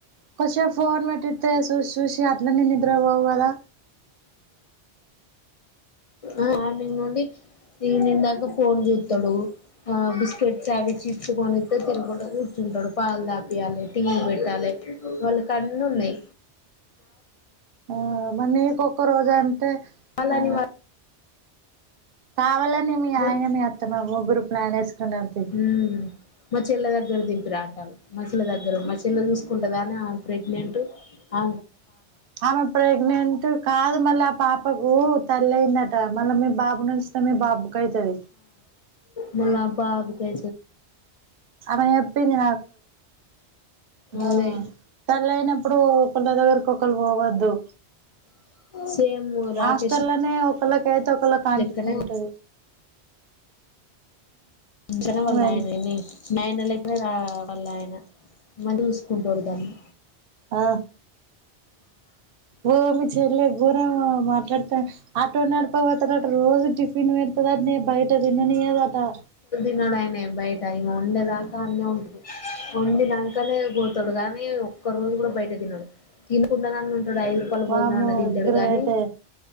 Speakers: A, on the right; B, on the left.
A: కొష ఫోన్ పెట్టి మ శుష సూషి అట్లానే నిద్ర పోవు కదా
B: ఆ మార్నింగ్ నుండి ఈవినింగ్ దాకా ఫోన్ చూస్తాడు ఆ బిస్కెట్స్ అవి చిప్స్ కొనిస్త తినకుంటడా కూర్చుంటాడు పాలు దాపియాలి టీవీ పెట్టాలి వాళ్ళకన్నీ ఉన్నాయి
A: ఆ మన కొ ఒక్కరోజు
B: వాళ్ళని
A: ఆ కావళ్ళ
B: వాళ్ళు
A: మీ ఆయన మీ అత్తమా ముగ్గురు ప్లాన్ వేసుకున్నారుది
B: మ్మ్ మా చెల్లె దగ్గర దింపి రాలి మచ్చల దగ్గర మలు చూసుకుంటే కాని ఆ ప్రెగ్నెంట్ ఆ
A: ఆమె ప్రెగ్నెంట్ కాదు మళ్ళీ ఆ పాపకు తల్లి అయిందట మళ్ళా మీ బాబు నుంచి మీబాబు కైతది
B: మలా బాబు కే
A: అను ఎప్పంది ఆ
B: అదే
A: తలన ఇప్పుడు కొండ దగ్గరకిక్కళ పోవద్దు
B: <unintelligible> రాకేష్
A: హాస్టెల్నే ఒకలా కాంటుకుంటుది
B: లెక్కనే ంచన వల్ల
A: ఏమైంది
B: అనీ మైనలక్కడ రా వల్ల ఆయన మ చూసుకుంటూడు దాన్ని
A: ఆ ఓ మీ చెల్ గోర మాట్లాడతా ఆటో నడపావ త రజు టిఫిన్ వ ఇదాన్న బయటదిన్న నదాటా
B: తినడుయనే బయట ఇంక వండేదాకా అన్న ఉంటది వండి దాకనే పోతాడు కానీ ఒక్క రోజు కూడా బయట తినడు తినకుండా ఉ డు ఐదు రూపాయలు
A: వామ్మో
B: భోజన అన దిచాడు
A: గ్రేటే
B: కాగానీ